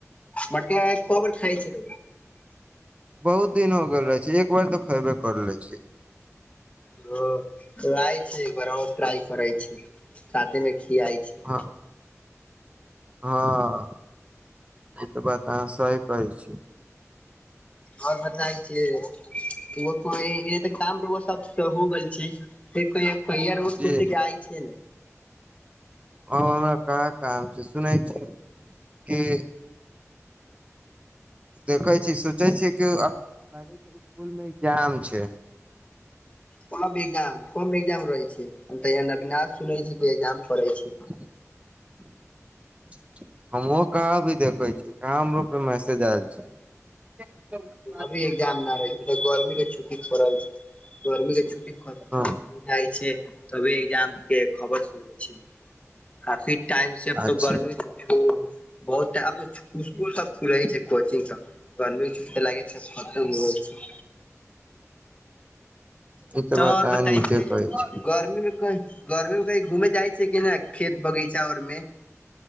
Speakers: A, on the left; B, on the right.
A: मटि वाल कौ बेर खाइ छै
B: बहुत दिन हो गेल रहै छै एक बार तऽ खैबे करले छी
A: ह लाइ है <unintelligible> साथ मे खिआइ छै
B: हँ हँ ई तऽ बात इ बात त अहाँ सही कहै छी
A: और बताै छै को त काम रौअसब सब हो गेल छै क कैयार वस्तु
B: जी
A: छै कि आइ छै
B: अब हमरा कहाँ काम छै सुनै छी <inaudible> कि देखै छी सोचै छी कि उ ताबेतक ओ स्कुल मे एग्जाम छै
A: कम ए्जाम कम एग्जाम रहै छै सुनै छी एजाम करै छी
B: <inaudible> हमहु कहाँ भी देखे छीयै कहाँ हमरोपे मैसेज आयल छै <unintelligible>
A: अभी एग्जाम नहि रहै छै प गर्मी के छुट्टी पड़ल छै गर्मी के छुटटी ख
B: हँ
A: जाइ छै तभी एकजाम के खबर सुनै छै काफी टाइम से अ
B: अच्छा
A: तो गर्मी छै। बहुत टा आब त छु स्कुल सब खुले छै कोचिंग सब गर्मी के छुट्टी लागे छा खतम हो छै
B: ई तऽ बात
A: आओर
B: आ
A: बताय
B: नीके
A: छै
B: कहै छै
A: गर्मी मे कही गर्मी में कही घूमे जाय छै कि ने खेत बगीचा र में